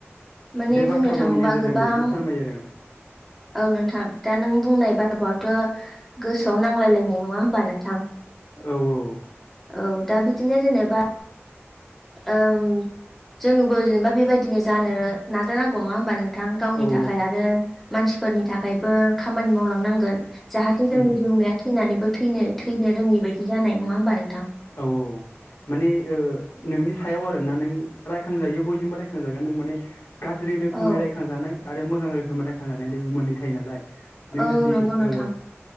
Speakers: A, in the centre; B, on the left.
A: माने
B: बे
A: बुंनो
B: बाथ्रा
A: थाङोबा
B: बावनि गेजेरजों
A: गोबां
B: बेखौनो फोरमायो आरो।
A: औ नोंथां दा नों बुंनाय बाथा बावआथ' गोसोआव नांलायलायनाय नङा होमबा नोंथां।
B: औ औ।
A: औ दा बिदिनो जेनेबा ओम जोंबो जेनेबा बेबायदिनो जानो नाजानांगौ नङा होमबा नोंथां गावनि
B: औ
A: थाखाय आरो मानसिफोरनि थाखायबो खामानि मावलांनां गोन जाहाथे जोंनि
B: उम
A: जिमाया थैनानैबो थै-थैनो रोङै बायदि जानाय नङा होनबा नों
B: औ औ माने ओ नोंनि सायाव आरोना नों रायखांजायो बयजोंबो रायखांजागोन नों माने गाज्रि रोखोमै
A: औ
B: रायखांजानाय आरो मोजां रोखोमै रायखांजानायनि मोननै थायो नालाय नों
A: औ
B: जुदि
A: नंगौ नोंथां
B: ओ